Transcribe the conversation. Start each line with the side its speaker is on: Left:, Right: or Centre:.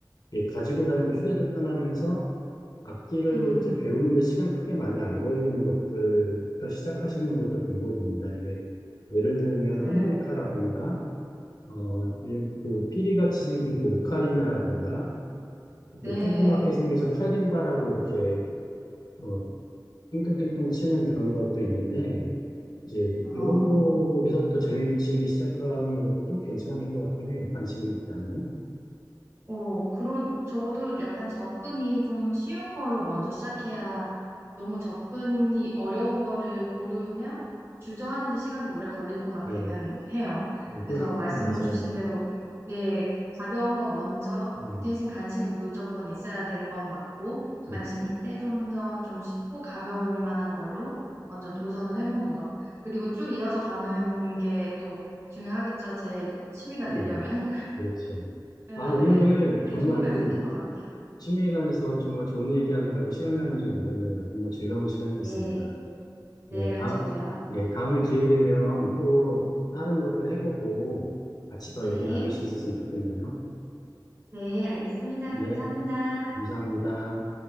Left: 이렇게 가지고 다니기 휴대도 편하면서 악기를
Right: 음,
Left: 이제 배우는데 시간 크게 많이 안 걸리는 것들부터 시작하시는 것도 방법입니다. 이게 예를 들면
Right: 네.
Left: 하모니카라든가 어, 이- 그 피리같이 생긴 그 오카리나라든가 이렇게
Right: 네.
Left: 조그맣게 생겨서 칼림바라고 이렇게 어, 띵동띵동 치는 그런 것도 있는데 이제
Right: 어.
Left: 이런 거에서부터 재미 붙이기 시작하는 것도 괜찮을 것 같긴 해요. 관심이 있다면.
Right: 어, 그런, 저도 약간 접근이 좀 쉬운 걸로 먼저 시작해야 너무 접근이 어려운 거를 고르면 주저하는 데 시간이 오래 걸릴 것 같기는
Left: 네,
Right: 해요.
Left: 어,
Right: 그래서
Left: 그
Right: 말씀
Left: 맞아요.
Right: 주신 대로, 네, 가벼운 거 먼저,
Left: 네,
Right: 대신 관심이 무조건 있어야 되는 건 맞고,
Left: 네,
Right: 관심이
Left: 네,
Right: 있대 좀 더 좀 쉽고 가벼울 만한 걸로 먼저 도전을 해보는 거. 그리고 쭉 이어져 가는 게 또 중요하겠죠. 제 취미가 되려면.
Left: 음, 예, 그렇죠.
Right: 그래서
Left: 아, 오늘
Right: 네, 네,
Left: 정말
Right: 좋은 말씀인
Left: 그
Right: 것 같아요.
Left: 취미에 관해서 정말 좋은 얘기하느라고 시간 가는 줄 몰랐네요. 정말 즐거운 시간이었습니다.
Right: 네, 네,
Left: 예, 다,
Right: 저도요.
Left: 예, 다음에 기회 되면 또 다른 것들 해보고 같이 더
Right: 네,
Left: 얘기 나눌 수 있었으면 좋겠네요.
Right: 네, 알겠습니다. 감사합니다.
Left: 예, 감사합니다.